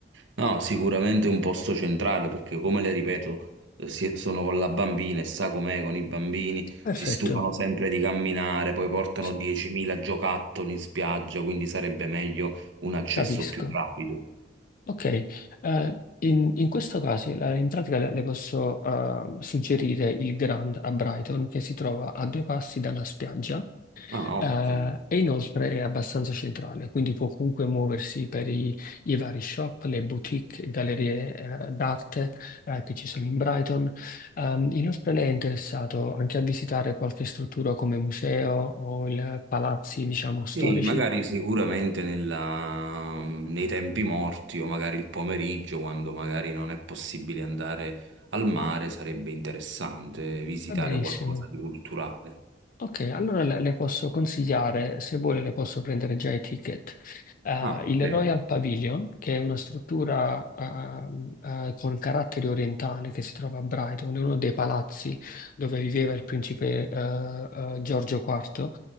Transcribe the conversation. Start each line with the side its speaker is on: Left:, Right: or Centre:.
Right: no, sicuramente è un posto centrale perché, come le ripeto, eh, si- sono con la bambina e sa com'è con i bambini,
Left: Perfetto,
Right: si stufano sempre di camminare, poi portano
Left: sì,
Right: 10.000 giocattoli in spiaggia, quindi sarebbe meglio un accesso
Left: capisco.
Right: più rapido.
Left: Ok, eh, in, in questo caso la- in pratica le, le posso eh, suggerire il Grand a Brighton che si trova a due passi dalla spiaggia
Right: Ah,
Left: eh,
Right: ottimo.
Left: e inoltre è abbastanza centrale, quindi può comunque muoversi per i, i vari shop, le boutique, gallerie eh, d'arte eh, che ci sono in Brighton. Ehm, inoltre lei è interessato anche a visitare qualche struttura come museo o il- palazzi, diciamo, storici?
Right: Sì, magari sicuramente nella- nei tempi morti o magari il pomeriggio, quando magari non è possibile andare al mare, sarebbe interessante visitare
Left: Va benissimo.
Right: qualcosa di culturale.
Left: Ok, allora le, le posso consigliare, se vuole le posso prendere già i ticket. Eh,
Right: Ah,
Left: il
Right: vero.
Left: Royal Pavilion, che è una struttura ehm, eh, con carattere orientale che si trova a Brighton, è uno dei palazzi dove viveva il principe eh, eh, Giorgio IV.